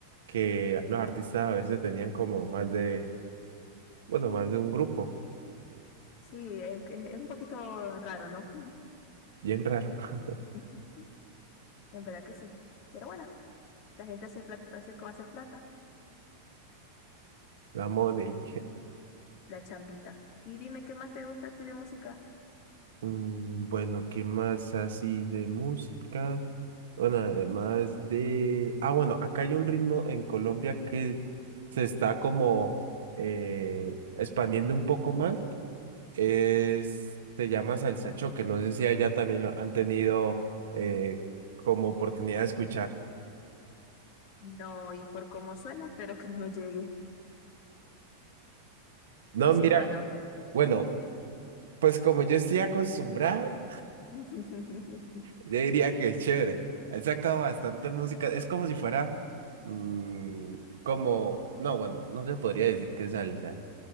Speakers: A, on the right; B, on the left.
A: que los artistas a veces tenían como más de, bueno, más de un grupo.
B: sí, es que es un poquito raro, ¿no?
A: Bien raro. <laughs>
B: <laughs> En verdad que sí. Pero bueno, la gente hace plata, hace cómo hacer plata,
A: La Money.
B: la chambita. Y dime qué más te gusta a ti de música.
A: Mm, Bueno, ¿qué más así de música? Bueno, además de... Ah, bueno, acá hay un ritmo en Colombia que se está como eh, expandiendo un poco más. Es... Se llama salsa choque. No sé si allá también lo han tenido eh, como oportunidad de escuchar.
B: No, y por cómo suena, espero que no llegue.
A: No,
B: O si
A: mira,
B: es bueno.
A: bueno, pues como yo estoy acostumbrado.
B: <laughs>
A: Yo diría que es chévere. Él sacado bastantes músicas. Es como si fuera, mm, como, no, bueno, no se podría decir que es salsa.